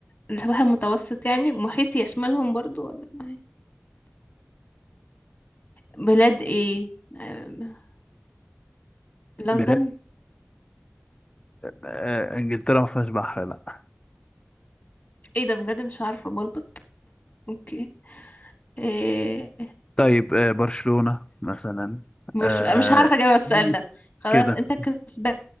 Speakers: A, on the left; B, on the left.
A: البحر المتوسط يعني محيط يشملهم برضو ولا ما هي؟ بلاد ايه آم، لندن
B: بلاد آه، إنجلترا ما فيهاش بحر لا
A: ايه ده بجد مش عارفه بلبط اوكي إيه
B: طيب آه، برشلونة مثلا
A: مش
B: آه،
A: مش هعرف اجاوب على السؤال
B: جيت
A: ده خلاص
B: كده
A: انت كسبان